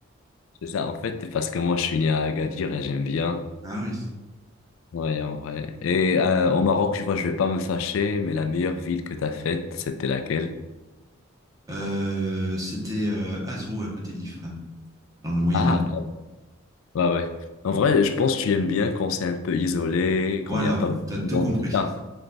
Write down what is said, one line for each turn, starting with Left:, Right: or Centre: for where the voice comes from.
Left: C'est ça. En fait, parce que moi, je suis né à Agadir et j'aime bien.
Right: Ah oui.
Left: Ouais, en vrai. Et euh, au Maroc, tu vois, je vais pas me fâcher, mais la meilleure ville que t'as faite, c'était laquelle?
Right: Euh, c'était euh, Azrou à côté d'Ifrane dans le Moyen-Atlas.
Left: Ah, Ouais, ouais. En vrai, je pense que tu aimes bien quand c'est un peu isolé,
Right: Voilà,
Left: quand il n'y a pas beaucoup
Right: t'as
Left: de
Right: tout
Left: monde,
Right: compris.
Left: c'est ça.